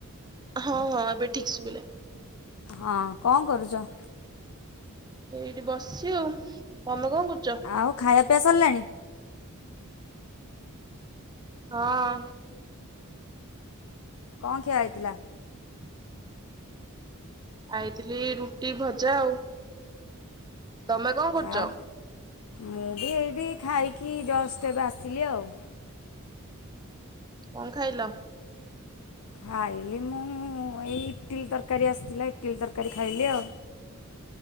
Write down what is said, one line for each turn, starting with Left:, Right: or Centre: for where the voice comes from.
Right: ହଁ ହଁ ଏବେ ଠିକ୍ ସୁଵିଲା।
Left: ହଁ, କଣ କରୁଛ?
Right: ଏଇଠି ବସି ଆଉ, ତମେ କଣ କରୁଛ?
Left: ଆଉ ଖାଇବା ପିଆ ସରିଲାଣି?
Right: ହଁ।
Left: କଣ ଖିଆ ହେଇଥିଲା?
Right: ହୁଁ ଆଇଥିଲି ରୁଟି ଭଜା ଆଉ, ତମେ? କଣ କରୁଛ?
Left: ଆଉ ମୁଁ ବି ଏଇଠି ଖାଇକି ଜଷ୍ଟ ଏବେ ଆସିଲି ଆଉ।
Right: କଣ ଖାଇଲ?
Left: ଖାଇଲି ମୁଁ ଏଇ ଇଟିଲ ତରକାରୀ ଆସିଥିଲା, ଇଟିଲି ତରକାରୀ ଖାଇଲି ଆଉ।